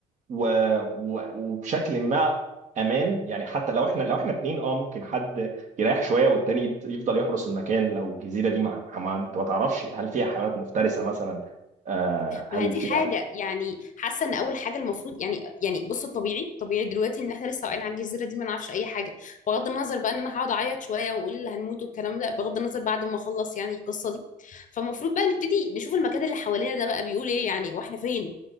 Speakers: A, on the right (about 45°); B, on the left (about 50°).
A: و... و... وبشكل ما امان يعني حتى لو احنا لو احنا اتنين اه ممكن حد يريح شويه والتاني يد- يفضل يحرس المكان لو الجزيره دي ما, ما انت ما تعرفش هل فيها حيوانات مفترسه مثلا آه هل
B: ما هي دي
A: فيها
B: حاجة يعني حاسة ان اول حاجة المفروض يعني يعني بص الطبيعي طبيعي دلوقتي ان احنا لسه واقعين على الجزيرة دي ما نعرفش اي حاجة بغض النظر بقى ان انا هقعد اعيط شوية واقول هنموت والكلام ده بغض النظر بعد ما اخلص يعني القصة دي فالمفروض بقى نبتدي نشوف المكان اللي حوالينا ده بقى بيقول ايه يعني واحنا فين